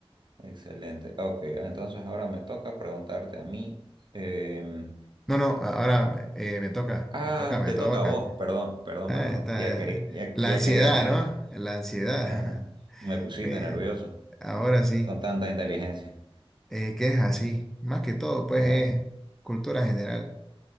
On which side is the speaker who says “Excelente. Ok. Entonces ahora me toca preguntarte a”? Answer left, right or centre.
Right